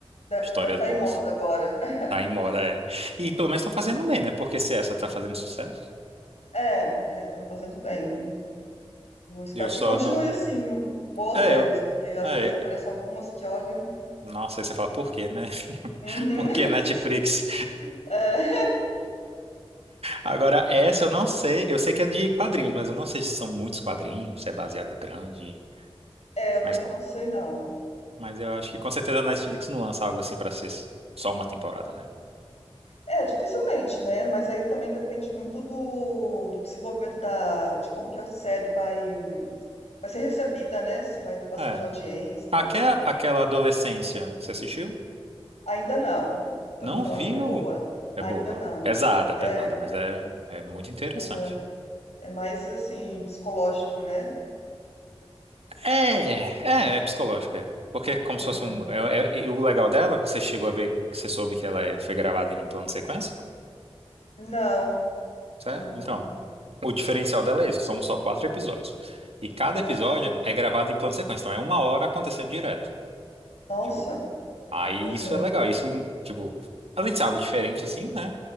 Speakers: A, on the left; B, on the right.
A: De
B: histórias
A: deve estar
B: boas.
A: em moda agora. <laughs>
B: Tá em moda, é. E pelo menos estão fazendo bem, né? Porque se essa tá fazendo sucesso,
A: É, é, estão fazendo bem. Eu espero
B: eu só
A: que continue
B: não.
A: assim, boas
B: É,
A: séries,
B: eu.
A: porque às
B: É.
A: vezes aparecem algumas que, olham.
B: Nossa, aí você fala, por quê, né? <laughs>
A: Uhum.
B: Por que Netflix?
A: <laughs> É.
B: Agora, essa eu não sei. Eu sei que é de quadrinhos, mas eu não sei se são muitos quadrinhos, se é baseada grande.
A: É, eu
B: Mas.
A: também não sei não.
B: Mas eu acho que com certeza a Netflix não lança algo assim pra ser só uma temporada, né?
A: É, dificilmente, né, mas aí também depende muito do do desenvolvimento da de como que a série vai vai ser recebida, né, se vai ter bastante
B: É.
A: audiência.
B: Aquela, aquela adolescência, você assistiu?
A: Ainda não, também
B: Não
A: falaram
B: viu?
A: que é boa.
B: É
A: Ainda
B: boa.
A: não.
B: Pesada,
A: É,
B: pesada, mas é, é muito interessante.
A: aham. É mais, assim, psicológico, né.
B: É, é, é psicológica, é. Porque é como se
A: Aham.
B: fosse um. é- é- e o legal dela, você chegou a ver, você soube que ela é- foi gravada em plano de sequência?
A: Não,
B: Certo?
A: não, não.
B: Então, o diferencial dela é isso, são só quatro episódios. E cada
A: Ah,
B: episódio é gravado em plano de sequência, então é uma hora acontecendo direto.
A: nossa.
B: tipo. Aí
A: Aham.
B: isso é legal, isso, tipo, além de ser algo diferente, assim, né?